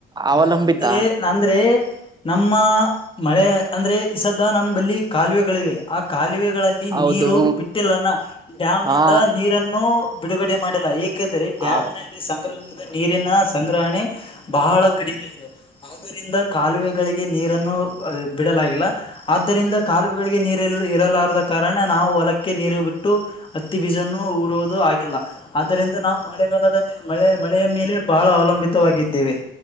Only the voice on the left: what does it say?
ಮಳೆ ಅ್ರ ನಂದ್ರೆ ನಮ್ಮ ಮಳೆ ಅಂದ್ರೆ ಈಸದ ನಮ್ಮಲ್ಲಿ ಕಾಲುವೆಗಳಿವೆ ಆ ಕಾಲುವೆಗಳಲ್ಲಿ.
ನೀರು ಬಿಟ್ಟಿಲ್ಲ ಡ್ಯಾಮ್ನಂದ
ನೀರನ್ನು ಬಿಡುಗಡೆ ಮಾಡಿಲ್ಲ ಏ ಯಾಕೆಂದ್ರರೆ ಡ್ಯಾಮ್
ನಲ್ಲಿ ಸಂಗ್ರಹದ ನೀರಿನ ಸಂಗ್ರಹಣೆ ಬಹಳ ಕಡಿಮೆ ಇದೆ. ಆದ್ದರಿಂದ ಕಾಲುವೆಗಳಿಗೆ ನೀರನ್ನು ಬಿಡಲಾಗಿಲ್ಲ. ಆದ್ದರಿಂದ ಕಾಲುುವಗಳಿಗೆ ನೀರಿ ಇರಲಾರದ ಕಾರಣ ನಾವು ಹೊಲಕ್ಕೆ ನೀರು ಬಿಟ್ಟು. ಹತ್ತಿ ಬೀಜನ್ನು ಉಊರುದು ಆಗಿಲ್ಲ ಆದ್ದರಿಂದ ನಾವು ಮಳೆಗಾಲದ ಮಳೆ ಮಳೆಯ ಮೇಲೆ ಬಹಳ ಅವಲಂಬಿತವಾಗಿದ್ದೇವೆ.